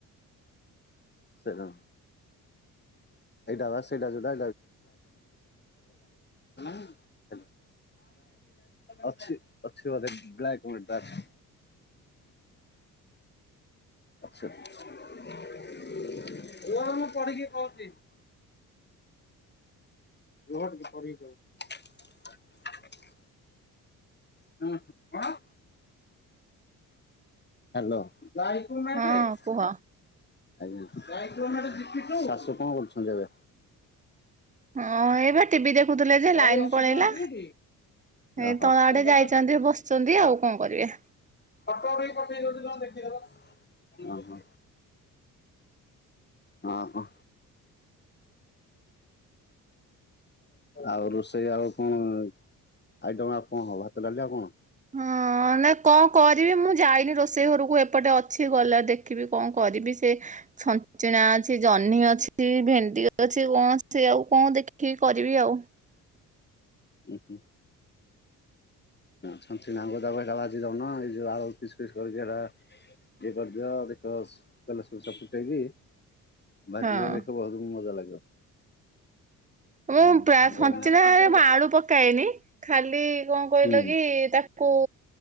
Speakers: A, on the left; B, on the right.
A: <unintelligible> ଏଇଟା ବା ସେଇଟା ଯୋଉଟା <unintelligible> ଅଛି, ଅଛି ବୋଧେ <unintelligible> <unintelligible> ରୁହ ଟିକେ ପଢିକି କହୁଚି। ହୁଁ ହୁଁ, କଣ? ହାଲୋ। ଆଜ୍ଞା,
B: ହଁ କୁହ।
A: ଶାଶୁ କଣ କରୁଛନ୍ତି ଏବେ?
B: ହଁ ଏଇ ପା ଟିଭି ଦେଖୁଥିଲେ ଯେ
A: ଶହେ
B: ଲାଇନ
A: ଅଶୀ
B: ପଳେଇଲା।
A: ଟଙ୍କା ପ୍ଲେଟ
B: ଏଇ
A: ଓହୋ।
B: ତ ଆଡେ
A: ପନ୍ଦରଟାକୁ
B: ଯାଇଛନ୍ତି ବସିଛନ୍ତି ଆଉ କଣ କରିବେ।
A: ଫଟ ଉଠେଇକି ପଠେଇ ଦଉଛି ର ଦେଖିଦବ, ଓହୋ। ହଁ ହ। ଆଉ ରୋଷେଇ ଆଉ କଣ ଆଇଟମ୍ ଆଉ କଣ ହବ ଭାତ ଡାଲି ଆଉ କଣ?
B: ହଁ ନାଇ କଣ କରିବି ମୁଁ ଯାଇନି ରୋଷେଇ ଘରକୁ ଏପଟେ ଅଛି ଗଲା ଦେଖ ଖିବି କଣ କରିବି ସେ ଛଞ୍ଚଣା ଅଛି ଜହ୍ନି ଅଛି, ଭେଣ୍ଡି ଅଛି, କଣ ସେ ଆଉ କଣ ଦେଖିକି କରିବି ଆଉ।
A: ଉଁ ହୁଁ। ଛଞ୍ଚିଣା <unintelligible> ବାଜିି ଦଉନ ଏ ଯୋଉ ଆଳୁ ପିସ୍ ପିସ୍ କରିକି ହେରା। ଇଏ କରଦିଅ ଦେଖିବ ତେଲ ସୁସ ଫୁଟେଇକି। ଭାଜି
B: ହଁ।
A: ଦିଅ ଦେଖିଅ ବହୁତ ମଜା ଲାଗିବ। ହୁଁ
B: ମୁଁ ପା
A: ଗରମ
B: ଛଞ୍ଚିଣା
A: ୱାଟସପ୍
B: ରେ ମୁଁ
A: ଦେଖ।
B: ଆଳୁ ପକାଏନି ଖାଲି କଣ କହିଲ
A: ହୁଁ।
B: କି ତା କୁ